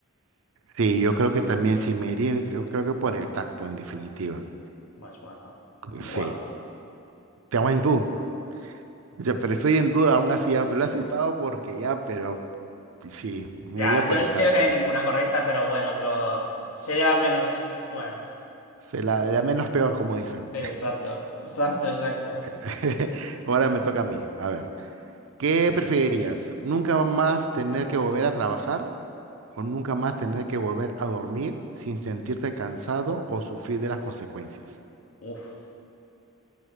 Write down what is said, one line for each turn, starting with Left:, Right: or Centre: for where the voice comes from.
Right: Sí, yo creo que también sí me iría, creo, creo que por el tacto, en definitiva.
Left: Pues bueno, igual.
Right: Sí, te hago en tú. O sea, pero estoy en duda aún así, ya, pero lo he aceptado porque ya, pero sí, me
Left: Ya,
Right: iría
Left: yo
Right: por el tacto.
Left: creo que no hay ninguna correcta, pero bueno, lo, sería menos buenos.
Right: Se la, la menos peor, como dicen.
Left: Sí, exacto, exacto, exacto.
Right: <laughs> Ahora me toca a mí. A ver, ¿qué preferirías? ¿Nunca más tener que volver a trabajar o nunca más tener que volver a dormir sin sentirte cansado o sufrir de las consecuencias.
Left: Uf,